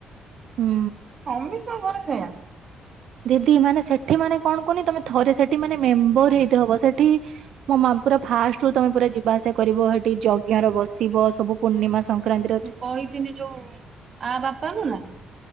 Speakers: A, on the right; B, on the right.
A: ହୁଁ।
B: ସମିତଙ୍କ ଘର ସେଇଆ।
A: ଦିଦି ମାନେ ସେଠି ମାନେ କଣ କହୁନି ତମେ ଥରେ ସେଠି ମାନେ ମେମ୍ବର ହେଇଥବ ସେଠି। ମୋ ମା ପୁରା ଫାଷ୍ଟରୁୁ ତମେ ପୁରା ଯିବା ଆସିବା କରିବ। ସେଠି ଯଜ୍ଞରେ ବସିବ ସବୁ ପୂର୍ଣ୍ଣିମା ସଂକ୍ରାନ୍ତିର
B: କହିିଥିନି ଯୋଉ ଆ ବାପାଙ୍କୁ ନା